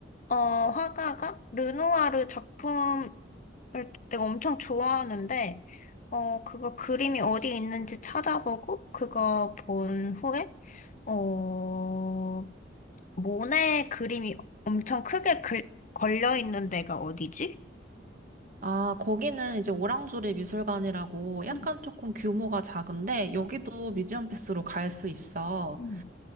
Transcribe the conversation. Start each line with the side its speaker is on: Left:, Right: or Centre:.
Left: 어, 화가가 르누아르 작품을 내가 엄청 좋아하는데, 어, 그거 그림이 어디 있는지 찾아보고, 그거 본 후에, 어, 모네 그림이 엄청 크게 글, 걸려 있는 데가 어디지?
Right: 아, 거기는 이제 오랑주리 미술관이라고 약간
Left: 음,
Right: 조금 규모가 작은데 여기도 뮤지엄 패스로 갈 수 있어.
Left: 음.